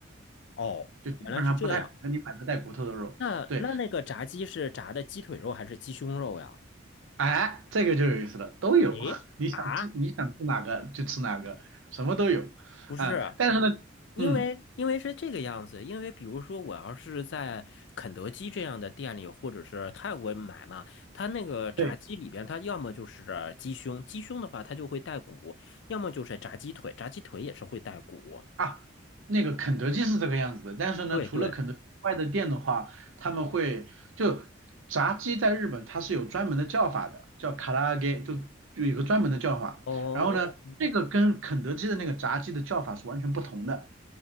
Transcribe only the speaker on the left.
哦，
原来是这样。那那那个炸鸡是炸的鸡腿肉还是鸡胸肉呀？
诶，
啊，
不是，
因为因为是这个样子。
因为比如说，我要是在肯德基这样的店里，或者是泰国买嘛，它那个炸鸡里边，
它要么就是鸡胸，鸡胸的话它就会带骨，要么就是炸鸡腿，炸鸡腿也是会带骨。
对对，
哦，